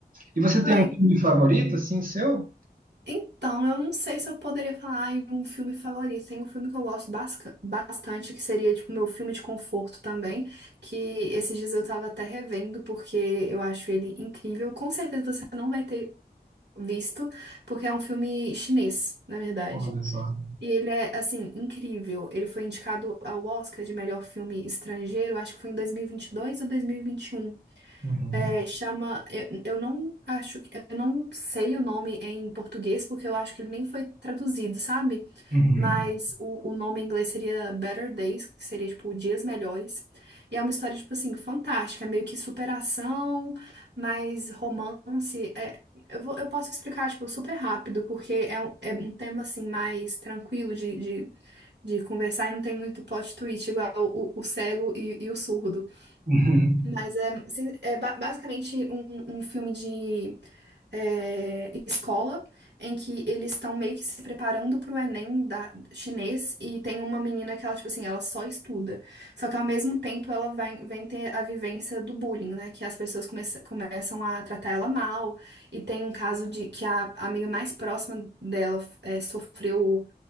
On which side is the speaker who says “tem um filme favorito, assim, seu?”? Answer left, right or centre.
Right